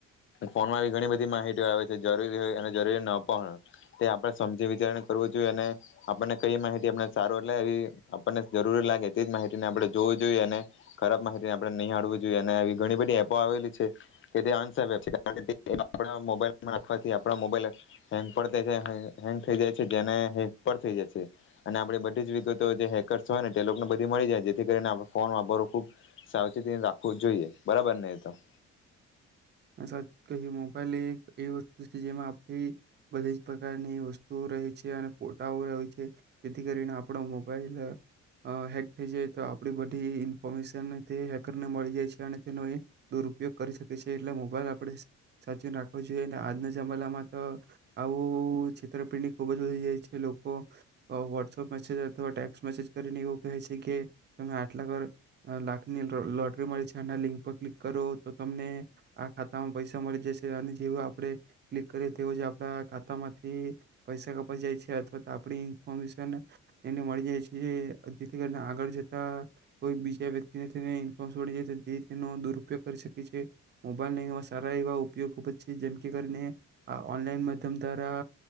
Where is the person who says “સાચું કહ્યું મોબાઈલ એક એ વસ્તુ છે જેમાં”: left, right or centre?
Right